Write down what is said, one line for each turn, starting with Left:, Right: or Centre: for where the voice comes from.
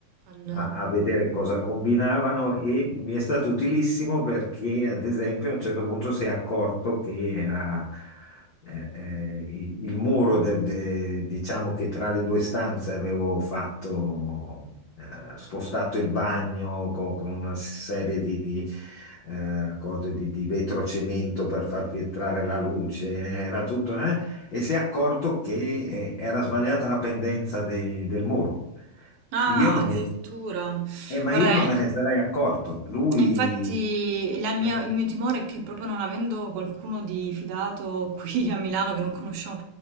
Right: Al-
Left: a, a vedere cosa combinavano e mi è stato utilissimo perché, ad esempio, a un certo punto si è accorto che era eh, eh, il, il muro de- de- diciamo che tra le due stanze avevo fatto, eh, spostato il bagno con, con una serie di, di, eh, cose di, di vetrocemento per far filtrare la luce, era tutto, eh, e si è accorto che eh, era sbagliata la pendenza de- del muro.
Right: Ah,
Left: Io non
Right: addirittura.
Left: me ne- eh, ma
Right: Guarda,
Left: io non me
Right: eh,
Left: ne sarei accorto. Lui
Right: E Infatti la mia-
Left: eh,
Right: il mio timore è che proprio non avendo qualcuno di fidato qui a Milano che non conosciamo